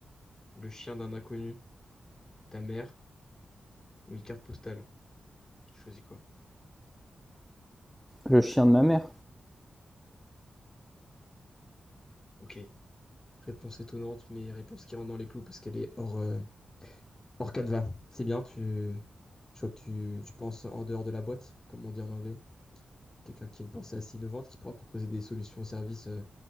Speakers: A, on the left; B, in the centre.
A: le chien d'un inconnu, ta mère ou une carte postale, tu choisis quoi?
B: le chien de ma mère.
A: Ok. Réponse étonnante, mais réponse qui rentre dans les clous parce qu'elle est hors, euh, hors canevas. C'est bien, tu... je vois que tu, tu penses en dehors de la boîte, comme on dit en anglais. Quelqu'un qui a une pensée assez innovante, qui pourra proposer des solutions au service euh,